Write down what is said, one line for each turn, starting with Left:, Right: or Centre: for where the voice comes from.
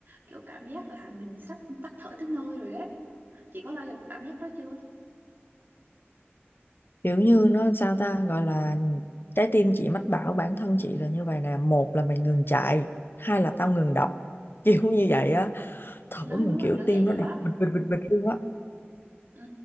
Right: kiểu cảm giác là mình sắp tắt thở tới nơi rồi đấy chị có bao giờ có cảm giác đó chưa
Left: kiểu như nó sao ta gọi là trái tim chị mách bảo bản thân chị là như vậy nè một là mày ngừng chạy hai là tao ngừng đập <laughs> kiểu như vậy á thở
Right: nói
Left: một
Right: đúng
Left: kiểu
Right: là kiểu vậy
Left: tim
Right: rồi
Left: nó đập
Right: đó
Left: bịch bịch bịch bịch luôn á
Right: Ừ,